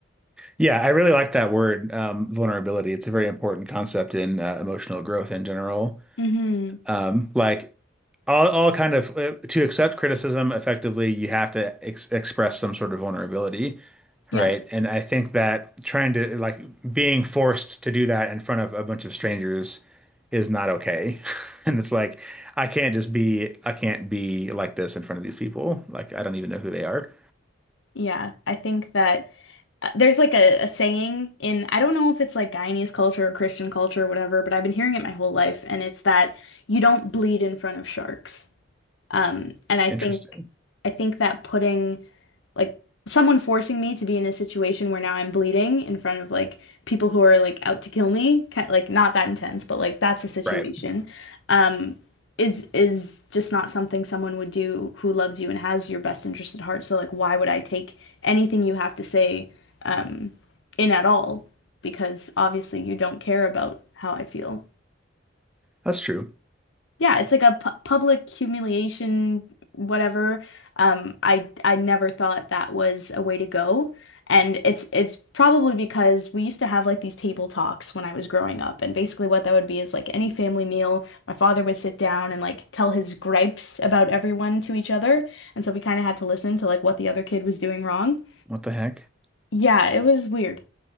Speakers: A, in the centre; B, on the left (about 65°).
A: yeah, I really like that word, um, vulnerability. It's a very important concept in uh, emotional growth in general.
B: mm-hmm
A: Um, like all, all kind of uh, to accept criticism effectively, you have to ex express some sort of vulnerability,
B: yeah
A: right? And I think that trying to like being forced to do that in front of a bunch of strangers is not okay. <laughs> And it's like I can't just be I can't be like this in front of these people. Like I don't even know who they are.
B: Yeah, I think that uh, there's like a, a saying in, I don't know if it's like Guyanese culture or Christian culture or whatever, but I've been hearing it my whole life, and it's that you don't bleed in front of sharks. Um, and I
A: Interesting.
B: think I think that putting like someone forcing me to be in a situation where now I'm bleeding in front of like people who are like out to kill me, kind like not that intense, but like that's the situation.
A: Right.
B: Um, is is just not something someone would do who loves you and has your best interest at heart. So like, why would I take anything you have to say um, in at all? Because obviously you don't care about how I feel.
A: That's true.
B: Yeah, it's like a pu public humiliation, whatever. Um, I I never thought that was a way to go. And it's it's probably because we used to have like these table talks when I was growing up. And basically what that would be is like any family meal, my father would sit down and like tell his gripes about everyone to each other. And so we kind of had to listen to like what the other kid was doing wrong.
A: What the heck?
B: Yeah, it was weird.